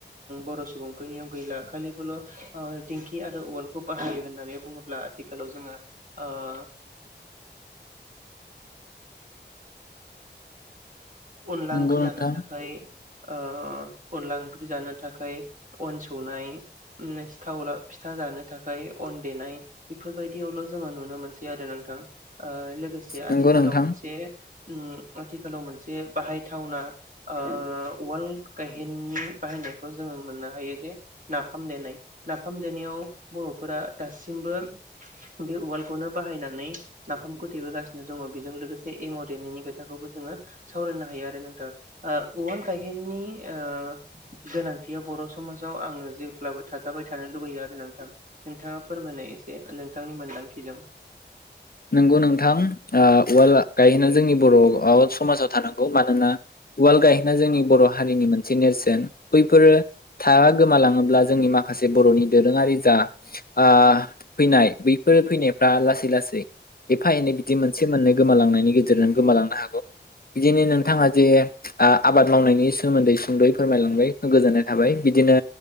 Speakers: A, on the right; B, on the left.
A: बर' सुबुंफोरनियाव गैला खालिबोल' दिंखि आरो उवालखौ बाहायो होननानै बुङोब्ला आथिखालाव जोङो आ अनला
B: नंगौ
A: ओंख्रि जानो
B: नोंथां
A: थाखाय ओ अनला ओंख्रि जानो थाखाय अन सौनाय ओमसिथावलाव सिथाव फिथा जानो थाखाय अन देनाय बेफोरबायदियावल' जोङो नुनो मोनसै आरो नोंथां लोगोसे आथिखालाव
B: नंगौ नोंथां
A: मोनसे उम आथिखालाव मोनसे बाहायथावना ओ उवाल गायहेननि बाहायनायखौ जोङो मोननो हायो जे नाफाम देनाय नाफाम देनायाव बर'फोरा दासिमबो बे उवालखौनो बाहायनानै नाफाम खथेबोगासिनो दङ बेजों लोगोसे ए एमाव देनायनि खोथाखौबो जोङो सावरायनो हायो आरो नोंथां ओ उवाल गायहेननि ओ गोनांथिया बर' समाजाव आङो जेब्लाबो थाजाबाय थानो लुुबैयो आरो नोंथां नोंथाङा फोरमायनाय एसे नोंथांनि मोनदांथिजों
B: नंगौ नोंथां ओ उवाल गायहोनना जोंनि बर' समाजाव थानांगौ मानोना उवाल गायहोना जोंनि बर' हारिनि मोन से नेरसोन बैफोरो था गोमालाङोब्ला जोंनि माखासे बर'नि दोरोङारि जा आ फैनाय बैफोर फैनायफ्रा लासै लासै एफा एनै बिदि मोनसे मोननै गोमालांनायनि गेजेरजों गोमालांनो हागौ बिदिनो नोंथाङा जे आबाद मावनायनि सोमोन्दै सुंद'यै फोरमायलांबाय गोजोननाय थाबाय बिदिनो